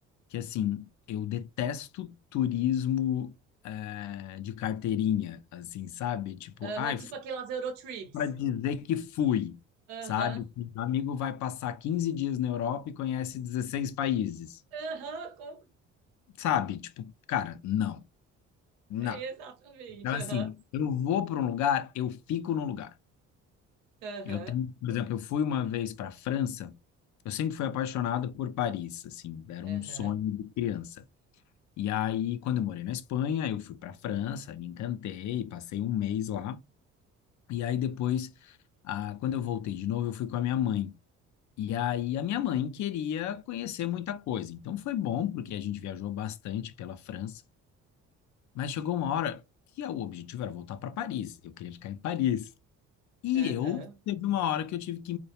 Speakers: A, on the left (about 55°); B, on the right (about 85°).
A: que assim eu detesto turismo eh, de carteirinha, assim, sabe? Tipo,
B: Aham,
A: ai,
B: tipo aquelas Eurotrips.
A: para dizer que fui,
B: Aham,
A: sabe? Assim, Um amigo vai passar 15 dias na Europa e conhece 16 países,
B: aham, com-
A: sabe? Tipo, cara, não, não.
B: exatamente,
A: Então, assim,
B: aham,
A: eu vou para um lugar, eu fico no lugar.
B: aham.
A: Eu tenho, por exemplo, eu fui uma vez para a França, eu sempre fui apaixonado por Paris, assim, era
B: Aham,
A: um sonho de criança. E aí, quando eu morei na Espanha, eu fui para a França, me encantei, passei um mês lá. E aí depois, ah, quando eu voltei de novo, eu fui com a minha mãe. E aí a minha mãe queria conhecer muita coisa. Então foi bom, porque a gente viajou bastante pela França, mas chegou uma hora que o objetivo era voltar para Paris. Eu queria ficar em Paris. E
B: aham.
A: eu teve uma hora que eu tive que